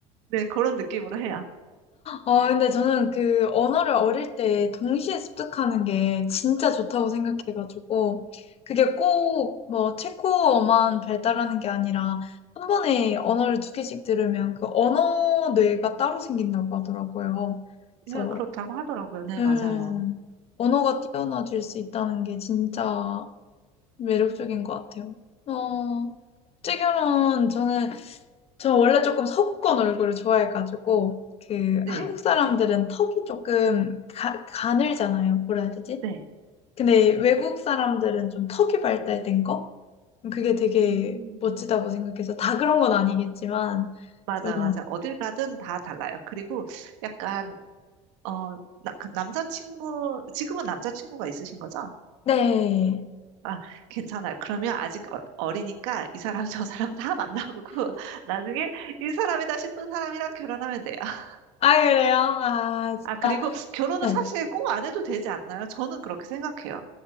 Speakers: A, on the right; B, on the left.
A: 네, 그런 느낌으로 해요.
B: 아, 근데 저는 그 언어를 어릴 때 동시에 습득하는 게 진짜 좋다고 생각해가지고, 그게 꼭 뭐 체코어만 발달하는 게 아니라, 한 번에 언어를 두 개씩 들으면 그 언어 뇌가 따로 생긴다고 하더라고요. 그래서,
A: 예, 그렇다고 하더라고요. 네,
B: 음,
A: 맞아요.
B: 언어가 뛰어나질 수 있다는 게 진짜 매력적인 것 같아요. 어, 국제결혼 저는 저 원래 조금 서구권 얼굴을 좋아해가지고 그
A: 네,
B: 한국 사람들은 턱이 조금 가, 가늘잖아요. 뭐라 해야 되지?
A: 네.
B: 근데 외국 사람들은 좀 턱이 발달된 거? 그게 되게
A: 음.
B: 멋지다고 생각해서 다 그런 건 아니겠지만
A: 맞아,
B: 좀
A: 맞아. 어딜 가든 다 달라요. 그리고 약간, 어, 나, 그 남자친구, 지금은 남자친구가 있으신 거죠?
B: 네.
A: 아, 괜찮아요. 그러면 아직 어, 어리니까 이 사람, 저 사람 다 만나보고 <laughs> 나중에 이 사람이다 싶은 사람이랑 결혼하면 돼요. <laughs>
B: 아 그래요? 아 진짜
A: 아, 그리고 결혼은
B: 네.
A: 사실 꼭 안 해도 되지 않나요? 저는 그렇게 생각해요.